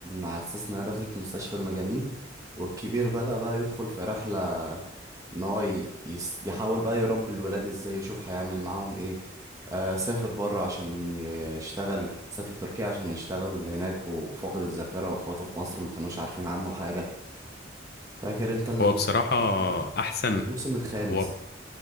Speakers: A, on the right (about 15°); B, on the left (about 50°).
A: على اساس انها دخلت مستشفى المجانين والكبير بدأ بقى يدخل في رحله ان هو ي... يس... يحاول بقى يربي الولاد ازاي يشوف هيعمل معاهم ايه آه سافر بره عشان ي- يشتغل سافر تركيا عشان يشتغل هناك وفاقد الذاكره واخواته في مصر ما كانوش عارفين عنه حاجه فاكر انت ال-
B: هو بصراحة
A: الموسم ده
B: أحسن
A: الموسم الخامس
B: هو